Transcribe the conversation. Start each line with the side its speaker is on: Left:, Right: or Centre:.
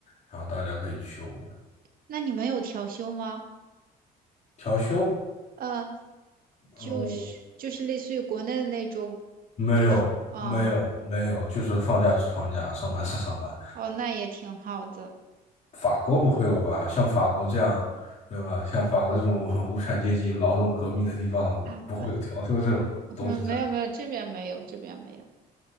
Left: 然后大家可以去玩。
Right: 那你们有调休吗？
Left: 调休？
Right: 呃，就是就是类似于国内的那种，
Left: 嗯，没有，
Right: 就是哦
Left: 没有，没有，就是放假是放假，上班是上班。
Right: 哦，那也挺好的。
Left: 法国不会有吧？像法国这样，对吧？像法国这种 <laughs> 很无产阶级劳动革命的地方，
Right: 啊。
Left: 不会有调休这种东西
Right: <laughs> 没有没有，这边没有，这边没有，